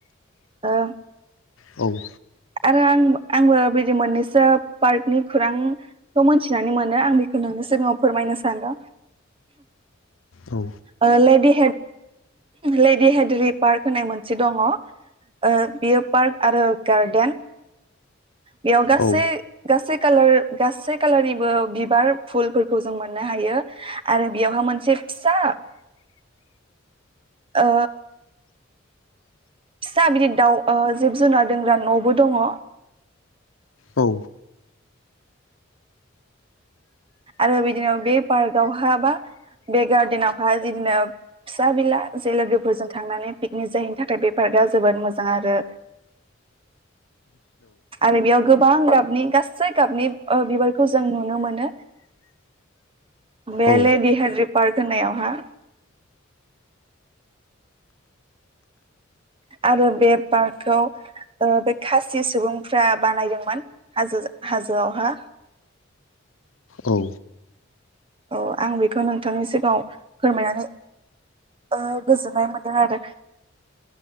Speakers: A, on the right; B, on the left.
A: ओ
B: औ
A: आरो आं आंबो बिदि मोननैसो पार्कनि खौरांखौ मोनथिनानै मोनो आं बेखौ नोंनि सिगाङाव फोरमायनो सानदों।
B: औ
A: ओ लेडि ले देहिदेरि पार्क होननाय मोनसे दङ अ बियो पार्क आरो गार्डेन बेयाव गासै
B: औ
A: गासै कालार गासै कालारनिबो बिबार फुलफोरखौ जों मोननो हायो आरो बेयावहााय मोनसे फिसा ओ फिसा बिदि दाउ अ जिब जुनार दोंग्रा न'बो दङ।
B: औ
A: आरो बिदिनो बे पार्कआवहा बा बे गार्देनावहा बिदिनो फिसा बिला जे लोगोफोरजों थांनानै पिकनिक जाहैनो थाखाय बे पार्कआ जोबोद मोजां आरो आरो बेयाव गोबां गाबनि गासै गाबनि ओ बिबारखौ जों नुनो मोनो बे
B: औ
A: लेडि हड्रि पार्क होननायावहा। आरो बे पार्कखौ ओ बे खासि सुबुंफ्रा बानायदोंमोन हाजो हाजोआवहा।
B: औ
A: औ आं बेखौ नोंथांनि सिगाङाव फोरमायनानै ओ गोजोननाय मोनदों आरो